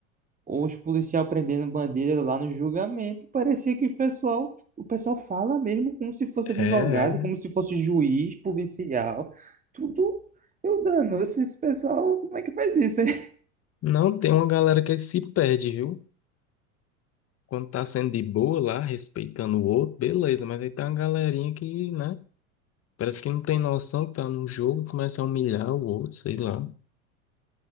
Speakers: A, on the right; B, on the left.
A: Os policial prendendo bandeira lá no julgamento, parecia que o pessoal, o pessoal fala mesmo como se fosse advogado,
B: É, é.
A: como se fosse juiz, policial, tudo. Eu dando, esse pessoal, como é que faz isso, hein?
B: Não tem uma galera que se perde, viu? Quando tá sendo de boa lá, respeitando o outro, beleza. Mas aí tá uma galerinha que, né? Parece que não tem noção que tá num jogo, começa a humilhar o outro, sei lá.